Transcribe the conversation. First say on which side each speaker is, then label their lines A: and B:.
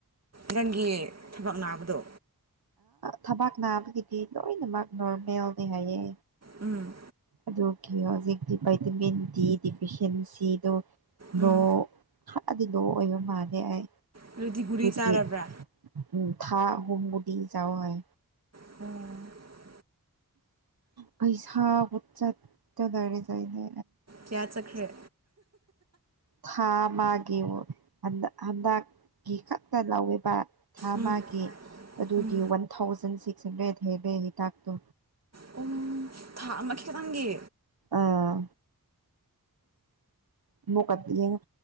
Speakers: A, on the right (about 45°); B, on the right (about 85°).
A: ꯅꯪꯒꯤ ꯊꯕꯛ ꯅꯥꯕꯗꯣ꯫
B: ꯊꯕꯥꯛ ꯅꯥꯕꯒꯤꯗꯤ ꯂꯣꯏꯅꯃꯛ ꯅꯣꯔꯃꯦꯜꯅꯤ ꯍꯥꯏꯌꯦ꯫
A: ꯎꯝ
B: ꯑꯗꯨ ꯀ ꯍꯧꯖꯤꯛꯇꯤ ꯚꯥꯏꯇꯃꯤꯟ ꯗꯤ ꯗꯤꯐꯁꯤꯦꯟꯁꯤꯗꯣ? ꯂꯣ
A: ꯎꯝ
B: ꯈꯔꯗꯤ ꯂꯣ ꯑꯣꯏꯕ ꯃꯥꯜꯂꯦ ꯑꯩ꯫
A: ꯑꯗꯨꯗꯤ ꯒꯨꯔꯤ ꯆꯥꯔꯕ꯭ꯔꯥ
B: ꯒꯤ ꯎ ꯊꯥ ꯑꯍꯨꯝꯒꯨꯗꯤ ꯆꯋꯥ ꯍꯥꯏ꯫
A: ꯎꯝ
B: ꯄꯩꯁꯥ ꯍꯧꯠ ꯆ ꯗꯥꯏꯔꯦ ꯆꯥꯏꯅꯦ꯫
A: ꯀꯌꯥ ꯆꯈ꯭ꯔꯦ?
B: ꯊꯥ ꯑꯃꯒꯤ ꯍꯟꯗꯛꯀꯤ ꯀꯅ ꯂꯨꯄꯥ ꯊꯥꯃꯒꯤ
A: ꯎꯝ
B: ꯑꯗꯨꯒꯤ
A: ꯎꯝ
B: ꯋꯥꯟ ꯊꯥꯎꯖꯟ ꯁꯤꯛꯁ ꯍꯟꯗ꯭ꯔꯦꯗ ꯍ ꯂꯩ ꯍꯤꯗꯥꯛꯇꯣ꯫
A: ꯄꯨꯡ ꯊꯥ ꯑꯃ ꯈꯤꯇꯪꯒꯤ?
B: ꯑꯥ꯫ ꯑꯃꯨꯛꯀꯉ